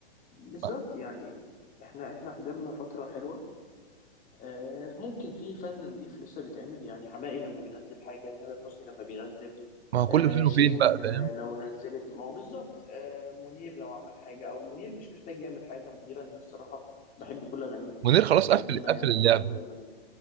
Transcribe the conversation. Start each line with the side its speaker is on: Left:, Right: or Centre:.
Left: بالظبط
Right: ما
Left: يعني احنا احنا حضرنا فترة حلوة آه، ممكن في فن نضيف لسه بيتعمل يعني حماقي لما بينزل حاجة تامر حسني لما بينزل
Right: ما هو كله
Left: آه،
Right: فين
Left: شيرين
Right: وفين بقى
Left: آه،
Right: فاهم
Left: لو نزلت ما هو بالظبط آه، منير لو عمل حاجة أو منير مش محتاج يعمل حاجة منير أنا الصراحة بحب كل أغانيه
Right: منير خلاص
Left: آه، القديمة
Right: قفل قفل
Left: يعني
Right: اللعب
Left: وكل أغانيه